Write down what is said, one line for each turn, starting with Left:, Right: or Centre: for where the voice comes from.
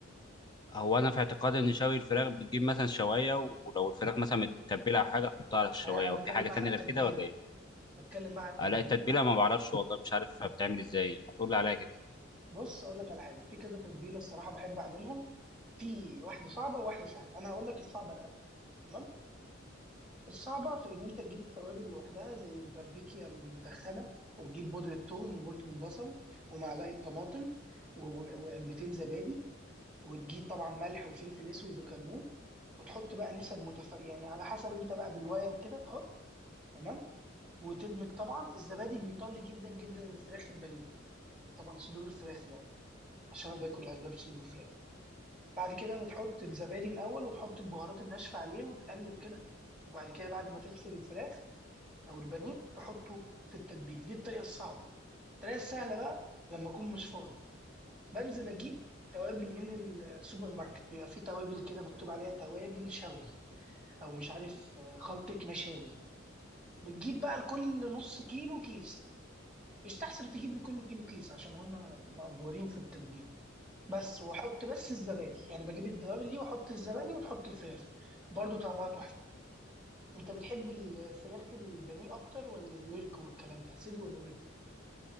Left: هو انا في اعتقادي ان شوي الفراخ بتجيب مثلا شوايه ولو الفراخ مثلا متبله او حاجه تحطها على الشوايه
Centre: انا أنا
Left: وفي
Centre: بتكلم
Left: حاجه
Centre: بقى
Left: تانية
Centre: على التتبيله
Left: غير كده ولا ايه؟
Centre: بتكلم بقى على التتبيله
Left: آه، لا التتبيله ما بعرفش والله مش عارف بتعمل ازاي ما تقول لي عليها كده
Centre: بص اقول لك على حاجه في كذا تتبيله الصراحه بحب اعملها في واحده صعبه وواحده سهله انا هقول لك الصعبه الاول تمام الصعبه في ان انت تجيب التوابل لوحدها زي الباربيكيا المدخنه وتجيب بودره ثوم وبودره البصل ومعلقه طماطم و- وعلبتين زبادي وتجيب طبعا ملح وفلفل اسود وكمون وتحط بقى نسب متف... يعني على حسب انت بقى بالويم كده تحط تمام وتدمج طبعا الزبادي بيطري جدا جدا الفراخ البانيه طبعا صدور الفراخ يعني عشان انا باكل اغلب صدور فراخ بعد كده بتحط الزبادي الاول وتحط البهارات الناشفه عليه وتقلب كده وبعد كده بعد ما تغسل الفراخ او البانيه تحطه في التتبيل دي الطريقه الصعبه الطريقه السهله بقى لما اكون مش فاضي بنزل اجيب توابل من السوبر ماركت بيبقى فيه توابل كده مكتوب عليها توابل شوي او مش عارف آه، خلطه مشاوي بتجيب بقى لكل نص كيلو كيس يستحسن تجيب لكل كيلو كيس عشان هما معفورين في التتبيله بس واحط بس الزبادي يعني بجيب الدوابل دي واحط الزبادي وتحط الفراخ برضو طعمها تحفه انت بتحب الفراخ البانيه اكتر ولا الورك والكلام ده صدر ولا ورك